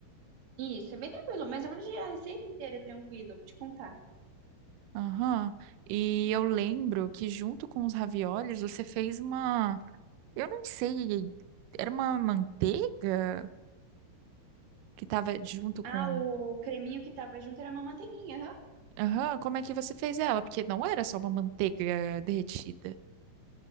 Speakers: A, on the right; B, on the right.
A: Isso, é bem tranquilo, mas na verdade a receita inteira é tranquila, eu vou te contar.
B: Aham. E eu lembro que junto com os raviolis, você fez uma... Eu não sei, era uma manteiga que tava junto com
A: Ah, o creminho que tava junto era uma manteiguinha, aham.
B: Aham, como é que você fez ela? Porque não era só uma manteiga derretida.